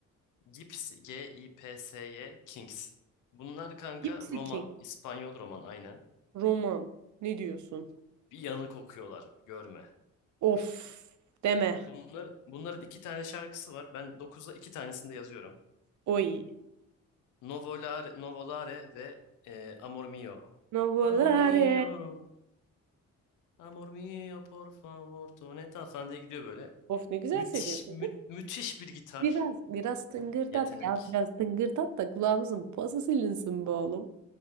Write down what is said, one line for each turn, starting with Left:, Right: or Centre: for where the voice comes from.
Left: Gypsy G-I-P-S-Y Kings. Bunlar kanka
Right: Gipsy
Left: roman.
Right: King.
Left: İspanyol roman aynen.
Right: Roman. Ne diyorsun?
Left: Bir yanık okuyorlar. Görme.
Right: Of deme.
Left: Bunlar, bunların iki tane şarkısı var. Ben dokuzda iki tanesini de yazıyorum.
Right: Oy.
Left: Novolare, Novolare ve e, Amor Mio.
Right: Novolare.
Left: Amor mio. Amor mio, por favor, toneta falan diye gidiyor böyle.
Right: Of ne güzel
Left: Müthiş,
Right: söylüyorsun
Left: mü-
Right: kız.
Left: müthiş bir gitar
Right: Biraz, biraz tıngırdat
Left: yetenek.
Right: ya. Biraz tıngırdat da kulağımızın pası silinsin be oğlum.